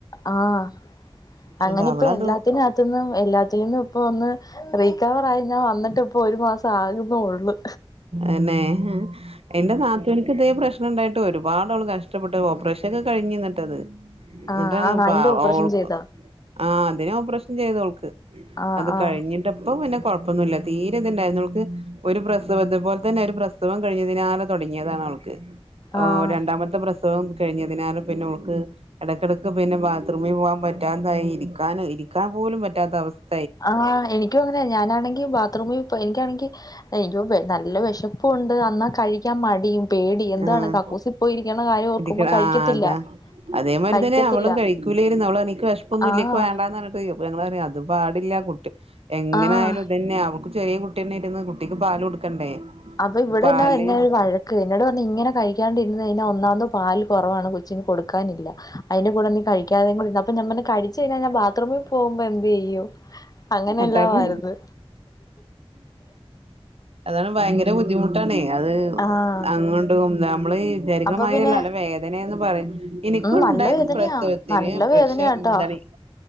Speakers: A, on the left; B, on the right.
A: ആഹ് അങ്ങനെ
B: ന്നട്ട് അവളത്
A: ഇപ്പൊ എല്ലാത്തിനകത്തുന്നും എല്ലാത്തിന്നും ഇപ്പൊ ഒന്ന്.. റീക്കവറ ആയി ഞാൻ വന്നിട്ട് ഇപ്പൊ ഒരു മാസം ആകുന്നു ഉള്ളു.
B: അന്നെ എന്റെ നാത്തൂൻ ക്ക് ഇതേ പ്രശ്നം ഉണ്ടായിട്ട് ഒരുപാട് ആള് കഷ്ടപ്പെട്ട് ഓപ്പറേഷൻ ഒക്കെ കഴിഞ്ഞിഇന്നട്ടത്. എന്നിട്ടാണ്.
A: ആഹ് ആണോ അയിന്റെ
B: പാവ
A: ഓപ്പറേഷൻ
B: ഓള്
A: ചെയ്തോ
B: ആഹ് അതിന് ഓപറേഷൻ ചെയ്ത് ഓൾക്ക്
A: ആഹ്
B: അത്
A: ആഹ്
B: കഴിഞ്ഞ് പ്പ പിന്നെ കൊഴപ്പോന്നുല്ല തീരെ ഇത്ണ്ടായിന്ന് ഓൾക്ക് ഒരു പ്രസവ ഇതേപോലെ തന്നെ ഒരു പ്ര പ്രസവം കഴിഞ്ഞതിനാല തുടങ്ങിയതാണ് അവൾക്ക്
A: ആഹ്
B: രണ്ടാമത്തെ പ്രസ സവം കഴിഞ്ഞതിനാല പിന്നെ ഓൾക്ക്. ഇടക്കിടക്ക് പിന്നെ ബാത്റൂമിൽ പോകാൻ പറ്റാതായി ഇരിക്കൻ ഇരിക്കാൻ പോലും പറ്റാത്ത അവസ്ഥ.
A: ആഹ് എനിക്കും അങ്ങനെ ഞാനാണെങ്കി ബാത്റൂമിൽ എനിക്കാണെങ്കിൽ എനക്ക് നല്ല വിഷം പ്പ് ഉണ്ട് അന്നാ കഴിക്കാൻ മടിയും. പേടി എന്താണ്
B: ആഹ്
A: കക്കൂസി പോയിരിക്കണകാര്യം ഓർക്കുമ്പോ
B: ഇടിക്ക
A: കഴിക്കത്തില്ല.
B: ആഹ് അതാ അതേമാതിരി
A: കഴിക്കത്തില്ല
B: തന്നെ അവളും കഴിക്കൂലായിരുന്നു അവള് എനിക്ക് വിശപ്പ് ഒന്നുല്ല
A: ആഹ്
B: എനിക്ക് വേണ്ടാന്ന് പറഞ്ഞിട്ട് ഒയ്യും. പ്പ ഞങ്ങളറിയാം അത് പാടില്ല കുട്ടി എങ്ങനായാലും.
A: ആഹ്
B: അതന്നെ അവക്ക് ചെറിയ കുട്ടി തന്നെ ആയിരുന്നു കുട്ടിക്ക് പാല് കൊടുക്കണ്ടേ.
A: അപ്പൊ ഇവിടെന്നാ
B: പാല്
A: എന്നെ ഒരു വഴക്ക് എന്നോട് പറഞ്ഞ് ഇങ്ങനെ കഴിക്കാണ്ടിരന്ന് കഴിഞ്ഞ ഒന്നാമത് പാല് കുറവാണ്. ച്ചിന് കൊടുക്കാനില്ല അതിന്റെ കൂടെ നീ കഴിക്കാതെ കൂടെ ഇരുന്ന അപ്പ ഞൻ പറഞ്ഞ് കഴിച്ച് കഴിഞ്ഞ ഞാൻ ബാത്റൂമിൽ പോമ്പോ എന്ത് ചെയ്യും അങ്ങനെ
B: അതാണ്
A: എല്ലാവമായിരുന്നു.
B: അതാണ് ഭയങ്കര ബുദ്ധിമുട്ടാണേ അത്
A: ആഹ്
B: അങ്ങ നമ്മള് ഈ വിചാരികണമായല്ല
A: അപ്പൊ പിന്നെ
B: നല്ല വേദനന്ന് പറയും എനിക്കുണ്ടായത്
A: ഉം നല്ല വേദനയാ
B: പ്രസവത്തിന്
A: നല്ല
B: പക്ഷെ
A: വേദനയാട്ടോ
B: എന്താണ്